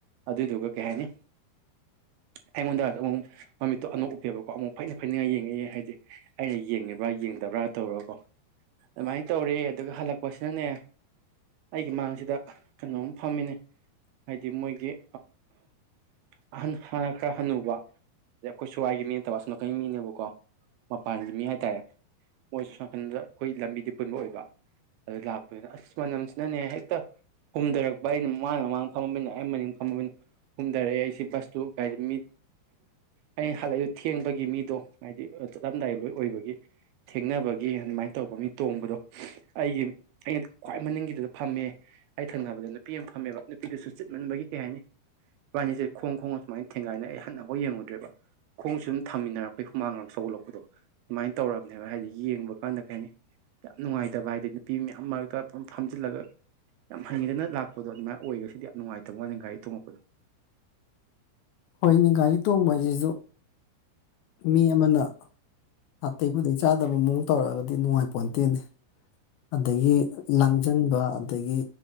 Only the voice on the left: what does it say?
ꯍꯣꯏꯅꯦ ꯘꯔꯤ ꯇꯣꯡꯕ ꯍꯥꯏꯁꯤꯁꯨ ꯃꯤ ꯑꯃꯅ ꯑꯇꯩꯕꯨꯗ ꯆꯥꯗꯕ ꯃꯑꯣꯡ ꯇꯧꯔꯛꯑꯒꯗꯤ ꯅꯨꯡꯉꯥꯏꯄꯣꯟꯇꯦꯅꯦ ꯑꯗꯒꯤ ꯂꯥꯡꯁꯤꯟꯕ ꯑꯗꯒꯤ